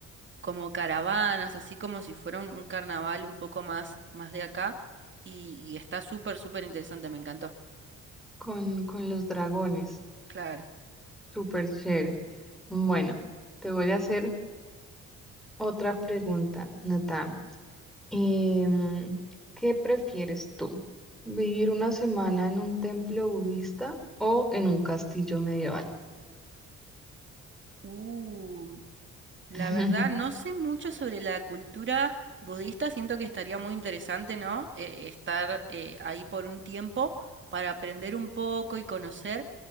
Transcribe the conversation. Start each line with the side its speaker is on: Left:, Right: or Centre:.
Right: como caravanas, así como si fuera un, un carnaval un poco más, más de acá. Y, y está súper, súper interesante, me encantó.
Centre: Con, con los dragones.
Right: Claro.
Centre: Súper chévere. Bueno, te voy a hacer otra pregunta, Nata. Em, ¿qué prefieres tú? ¿Vivir una semana en un templo budista o en un castillo medieval?
Right: Uy. La
Centre: <laughs>
Right: verdad, no sé mucho sobre la cultura budista, siento que estaría muy interesante, ¿no? Eh, estar eh, ahí por un tiempo para aprender un poco y conocer,